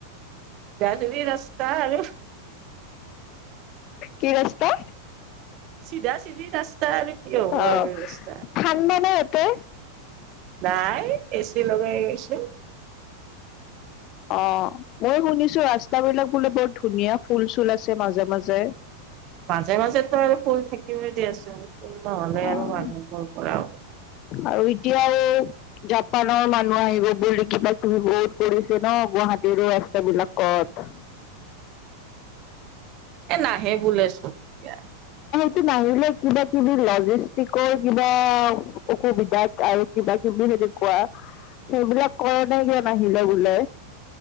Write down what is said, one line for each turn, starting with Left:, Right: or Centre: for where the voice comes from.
Right: চিধা-চিধি ৰাস্তা আৰু
Left: কি ৰাস্তা
Right: চিধা চিধি ৰাস্তা আৰু কি হ'ব
Left: অ
Right: আৰু ৰাস্তা।
Left: ঠাণ্ডা না এটে
Right: নাই এ চি লগাই গৈছো
Left: অ মই শুনিছো ৰাস্তা বিলাক বোলে বৰ ধুনীয়া ফুল - চুল আছে মাজে মাজে।
Right: মাজে মাজেতো আৰু ফুল থাকিবই দিয়াচোন ফুল নহলে
Left: অ',
Right: আৰু মানুহ কৰ পৰা হব।
Left: আৰু এতিয়াও জাপানৰ মানুহ আহিব বুলি কিবা-কিবি বহুত কৰিছে ন গুৱাহাটী -হাটিৰো ৰাস্তাবিলাকত।
Right: এ নাহে বোলেছোন এতিয়া
Left: সি নাহিলে কিবা-কিবি লজিষ্টিকৰ কিবা অসুবিধাত আৰু কিবা - কিবি যদি কোৱা সেইবিলাক কৰোতে কিয় নাহিলে বোলে